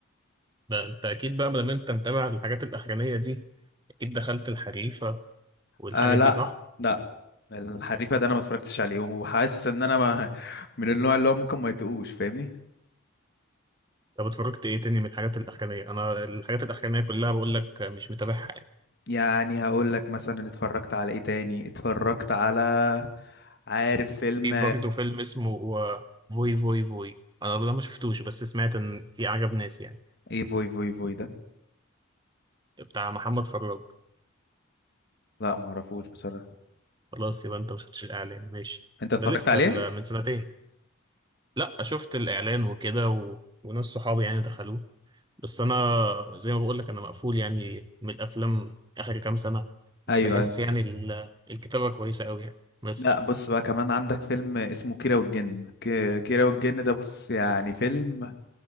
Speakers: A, on the right; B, on the left.
A: ده انت اكيد بقى لما انت متابع الحاجات الاخرانية دي اكيد دخلت الحريفة والحاجات
B: آه لا
A: دي صح
B: لا الحريفه ده انا ما اتفرجتش عليه وحاسس ان انا ما <laughs> من النوع اللي هو ممكن ما يتقوش فاهمني
A: طب اتفرجت ايه تاني من الحاجات الاخرانية انا الحاجات الاخرانية كلها بقول لك مش متابعها يعني.
B: يعني هقول لك مثلا اتفرجت على ايه تاني اتفرجت على عارف فيلم
A: في برضه فيلم اسمه آه، فوي فوي فوي انا ده ما شفتوش بس سمعت ان في عجب ناس يعني
B: ايه فوي فوي فوي ده
A: بتاع محمد فراج
B: لا ما اعرفوش بصراحه
A: خلاص يبقى انت ما شفتش الاعلان ماشي
B: انت اتفرجت
A: ده لسه
B: عليه
A: ال- من سنتين لا شفت الاعلان وكده و... وناس صحابي يعني دخلوه بس انا زي ما بقول لك انا مقفول يعني من الافلام اخر كام سنه مش
B: ايوه
A: بحس
B: ايوه
A: يعني ال- الكتابه كويسه قوي يعني بس
B: لا بص بقى كمان عندك فيلم اسمه كيرة والجن ك- كيرة والجن ده بص يعني فيلم